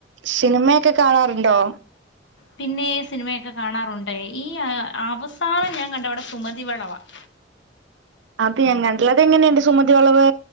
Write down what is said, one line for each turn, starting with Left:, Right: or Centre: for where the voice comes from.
Right: സിനിമയൊക്കെ കാണാറുണ്ടോ?
Left: പിന്നെ സിനിമയൊക്കെ കാണാറുണ്ട് ഈ അവസാനം ഞാൻ കണ്ട സിനിമ സുമതി വളവ് ആണ്
Right: അത് ഞാൻ കണ്ടില്ല ല്ലോ അത് എങ്ങനെയുണ്ട് സുമതി വളവ്